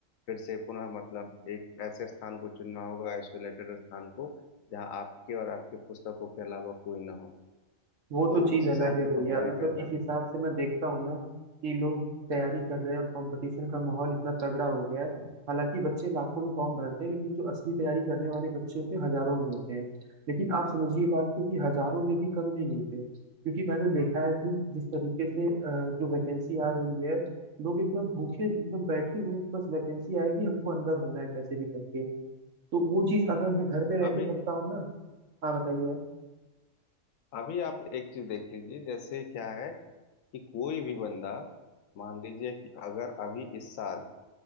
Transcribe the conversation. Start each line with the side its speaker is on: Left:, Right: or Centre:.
Left: फिर से पुनः मतलब एक ऐसे स्थान को चुनना होगा आइसोलेटेड स्थान को जहाँ आपके और आपके पुस्तकों के अलावा कोई ना हो
Right: वो तो
Left: तो
Right: चीज
Left: उस
Right: अलग
Left: हिसाब
Right: है
Left: से
Right: भैया
Left: तो घर ही
Right: मतलब
Left: बेहतर
Right: इस हिसाब
Left: है
Right: से मैं देखता हूँ ना कि लोग तैयारी कर रहे हैं और कंपटीशन का माहौल इतना तगड़ा हो गया है हालांकि बच्चे लाखों में फॉर्म भरते हैं लेकिन जो असली तैयारी करने वाले बच्चे होते हैं हजारों में होते हैं लेकिन आप समझिए बात को कि हजारों में भी कम नहीं होते क्योंकि मैंने देखा है कि जिस तरीके से अ, जो वैकेंसी आ रही है लोग एकदम भूखे एकदम बैठे हुए हैं कि बस वैकेंसी आएगी हमको अंदर होना है कैसे भी करके तो वो चीज अगर
Left: हाँ,
Right: मैं घर पे रह
Left: अभी
Right: के करता हूँ ना हाँ बताइए आप।
Left: अभी आप एक चीज देख लीजिए जैसे क्या है कि कोई भी बंदा मान लीजिए कि अगर अभी इस साल